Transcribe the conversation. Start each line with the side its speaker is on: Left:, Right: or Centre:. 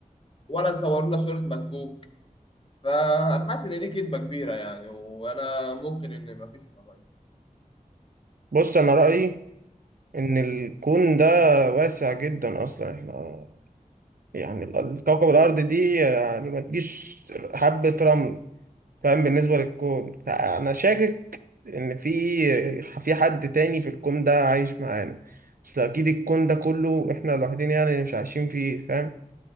Left: ولا صورونا صورة مكوك فانا حاسس ان دي كدبه كبيره يعني وانا ممكن ان ما فيش فضائيين
Right: بص انا رأيي ان الكون ده واسع جدا اصلا احنا يعني ال- كوكب الارض دي يعني ما تجيش حبة رمل فاهم بالنسبة للكون فانا شاكك ان في في حد تاني في الكون ده عايش معانا اصل اكيد الكون ده كله احنا لوحدين يعني اللي مش عايشين فيه فاهم